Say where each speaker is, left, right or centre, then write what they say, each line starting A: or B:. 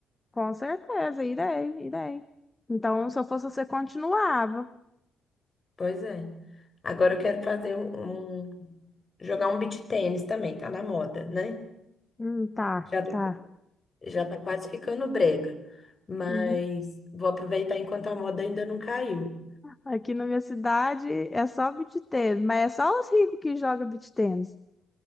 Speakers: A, on the left; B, on the left.
A: Com certeza, irei, irei. Então, se eu fosse você, continuava.
B: Pois é. Agora eu quero fazer um, um- jogar um beach tênis também, tá na moda, né?
A: Hum, tá,
B: Já tá,
A: tá.
B: já tá quase ficando brega. Mas
A: Uhum.
B: vou aproveitar enquanto a moda ainda não caiu.
A: Aqui na minha cidade é só beach tênis, mas é só os ricos que jogam beach tênis.